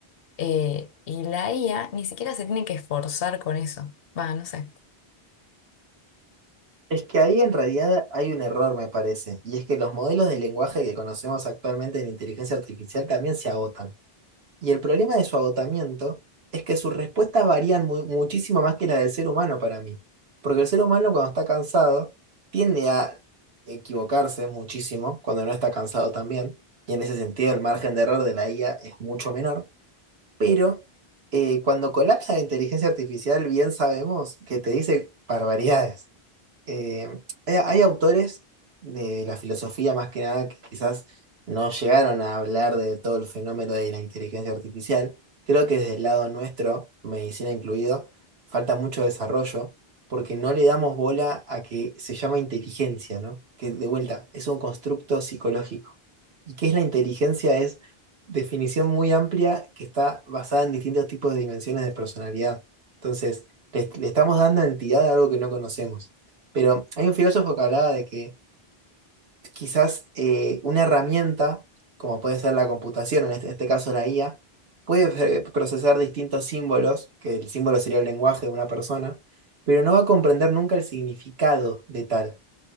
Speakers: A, on the left; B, on the right.
A: Eh, y la IA ni siquiera se tiene que esforzar con eso. Va, no sé.
B: Es que ahí en realidad hay un error, me parece, y es que los modelos de lenguaje que conocemos actualmente en inteligencia artificial también se agotan. Y el problema de su agotamiento es que sus respuestas varían mu- muchísimo más que las del ser humano para mí. Porque el ser humano cuando está cansado tiende a equivocarse muchísimo cuando no está cansado también. Y en ese sentido el margen de error de la IA es mucho menor. Pero eh, cuando colapsa la inteligencia artificial bien sabemos que te dice barbaridades eh, hay, hay autores de la filosofía más que nada que quizás no llegaron a hablar de todo el fenómeno de la inteligencia artificial. Creo que desde el lado nuestro, medicina incluido, falta mucho desarrollo porque no le damos bola a que se llama inteligencia, ¿no? Que de vuelta es un constructo psicológico. ¿Y qué es la inteligencia? Es definición muy amplia que está basada en distintos tipos de dimensiones de personalidad. Entonces, le le estamos dando entidad a algo que no conocemos. Pero hay un filósofo que hablaba de que quizás eh, una herramienta, como puede ser la computación, en este, en este caso la IA, puede pre- procesar distintos símbolos, que el símbolo sería el lenguaje de una persona, pero no va a comprender nunca el significado de tal,